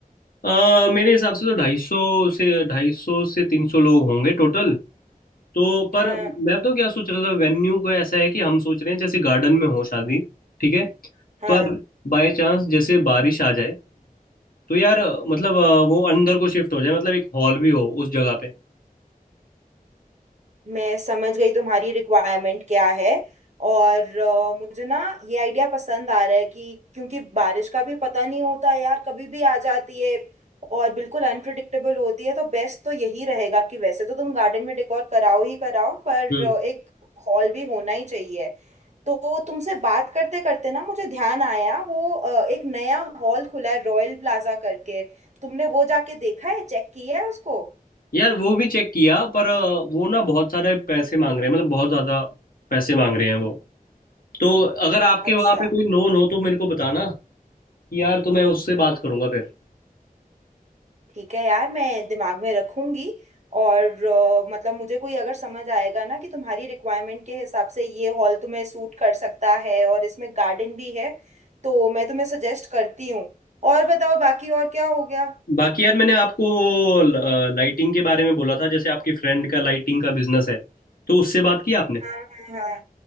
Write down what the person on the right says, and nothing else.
हाँ
हाँ
मैं समझ गई तुम्हारी रिक्वायरमेंट क्या है और अ, मुझे ना ये आइडिया पसंद आ रहा है कि क्योंकि बारिश का भी पता नहीं होता यार कभी भी आ जाती है और बिल्कुल अनप्रिडिक्टेबल होती है तो बेस्ट तो यही रहेगा कि वैसे तो तुम गार्डन में डेकोर कराओ ही कराओ पर
अ, एक हॉल भी होना ही चाहिए तो तुमसे बात करते करते ना मुझे ध्यान आया वो अ, एक नया हॉल खुला है रॉयल प्लाजा करके तुमने वो जाके देखा है चेक किया है उसको
अच्छा
ठीक है यार मैं दिमाग में रखूंगी और अ, मतलब मुझे कोई अगर समझ आएगा ना कि तुम्हारी रिक्वायरमेंट के हिसाब से ये हॉल तुम्हें सूट कर सकता है और इसमें गार्डन भी है तो मैं तुम्हें सजेस्ट करती हूँ और बताओ बाकी और क्या हो गया
हाँ हाँ हाँ